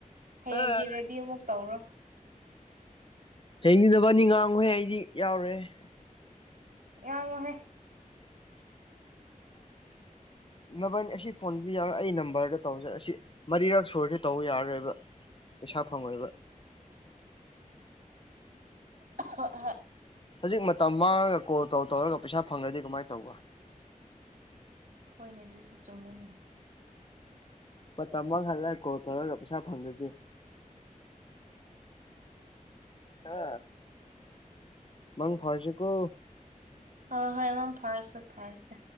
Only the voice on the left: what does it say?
ꯑꯥ
ꯍꯌꯦꯡꯗꯝ ꯅꯕꯅꯤ ꯉꯥꯡꯉꯨꯍꯦ ꯑꯩꯗꯤ ꯌꯥꯎꯔꯣꯏ ꯍꯦ
ꯅꯚꯅꯤ ꯑꯁꯤ ꯐꯣꯟꯗꯨꯗꯤ ꯌꯥꯎꯔ ꯑꯩ ꯅꯝꯕꯔꯗ ꯇꯧꯖꯩ ꯑꯁꯤ ꯃꯔꯤꯔꯛ ꯁꯨꯔꯗꯤ ꯇꯧꯕ ꯌꯥꯔꯔꯣꯏꯕ ꯄꯩꯁꯥ ꯐꯪꯉꯣꯏꯕ
ꯍꯨꯖꯤꯛ ꯃꯇꯝ ꯃꯥꯡꯉꯒ ꯀꯣꯜ ꯇꯧ ꯇꯧꯔꯒ ꯄꯩꯁꯥ ꯐꯪꯗ꯭ꯔꯗꯤ ꯀꯃꯥꯏꯅ ꯇꯧꯕ
ꯃꯇꯝ ꯃꯥꯡꯍꯜꯂꯒ ꯀꯣꯜ ꯇꯧꯔꯒ ꯄꯩꯁꯥ ꯐꯪꯗ꯭ꯔꯗꯤ ꯑ ꯃꯪ ꯐꯔꯁꯦ ꯀꯣ